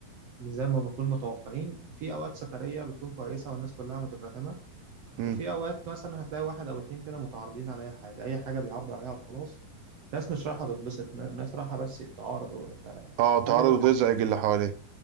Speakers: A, on the right; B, on the right.
A: مش زي ما بنكون متوقعين في اوقات سفريه بتكون كويسه والناس كلها متفاهمه
B: امم
A: وفي اوقات مثلا هتلاقي واحد او اتنين كده متعارضين على اي حاجه اي حاجه بيعرضوا عليها وخلاص ناس مش رايحه تتبسط ن- ناس رايحه بس تعارضوا ف...
B: اه
A: فخلي
B: تعرض
A: بالك
B: وتزعج اللي
A: اه
B: حواليه